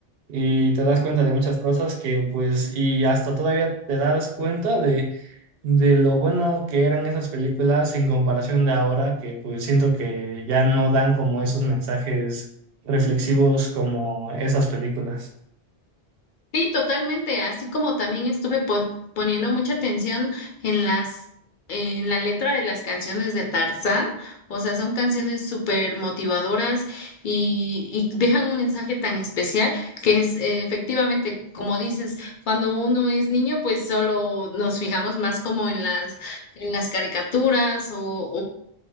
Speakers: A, on the right; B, on the left.
A: y te das cuenta de muchas cosas que pues y hasta todavía te das cuenta de, de lo bueno que eran esas películas en comparación de ahora que pues siento que ya no dan como esos mensajes reflexivos como esas películas.
B: Sí, totalmente, así como también estuve po- poniendo mucha atención en las, en la letra de las canciones de Tarzán, o sea, son canciones súper motivadoras y, y dejan un mensaje tan especial que es eh, efectivamente, como dices, cuando uno es niño, pues solo nos fijamos más como en las, en las caricaturas o,